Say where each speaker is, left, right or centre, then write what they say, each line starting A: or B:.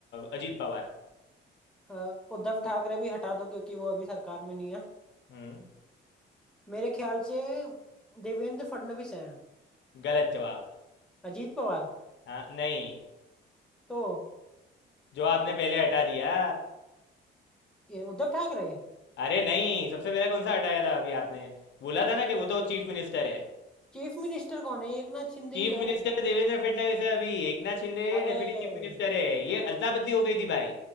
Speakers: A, on the left; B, in the centre.
A: अजीत पवार
B: अ, उद्धव ठाकरे भी हटा दो क्योंकि वो अभी सरकार में नहीं है
A: हम्म
B: मेरे ख्याल से देवेंद्र फडणवीस हैं
A: गलत जवाब
B: अजीत पवार
A: हाँ नहीं
B: तो
A: जो आपने पहले हटा दिया
B: ये उद्धव ठाकरे
A: अरे नहीं सबसे पहले कौन सा हटाया था अभी आपने बोला था ना कि वो तो चीफ मिनिस्टर है
B: चीफ मिनिस्टर कौन है एक नाथ शिंदे
A: चीफ
B: ही तो
A: मिनिस्टर
B: है
A: देवेंद्र फडणवीस है अभी Eknath Shinde
B: अरे
A: deputy chief minister है ये अदला बदली हो गई थी भाई